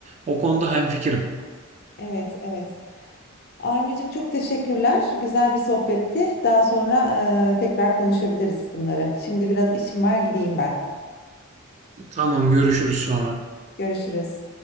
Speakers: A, on the right; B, on the left.
A: O konuda hemfikirim.
B: Evet evet. Armicim çok teşekkürler. Güzel bir sohbetti. Daha sonra e, tekrar konuşabiliriz bunları. Şimdi biraz işim var, gideyim ben.
A: Tamam görüşürüz sonra.
B: Görüşürüz.